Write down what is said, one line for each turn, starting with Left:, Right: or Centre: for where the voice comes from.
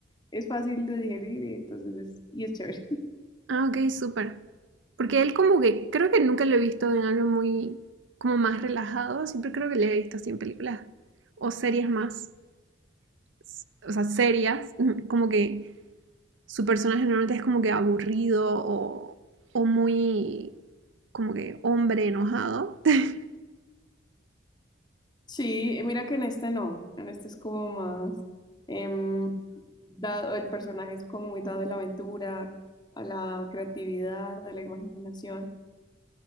Left: Es fácil de digerir y entonces es, y es chévere. <laughs>
Right: Ah, ok, súper. Porque él como que, creo que nunca lo he visto en algo muy, como más relajado, siempre creo que le he visto así en películas o series más, s- o sea, serias, <laughs> como que su personaje normalmente es como que aburrido o, o muy, como que hombre enojado. <laughs>
Left: Sí, eh, mira que en este no, en este es como más em, dado, el personaje es como muy dado a la aventura, a la creatividad, a la imaginación.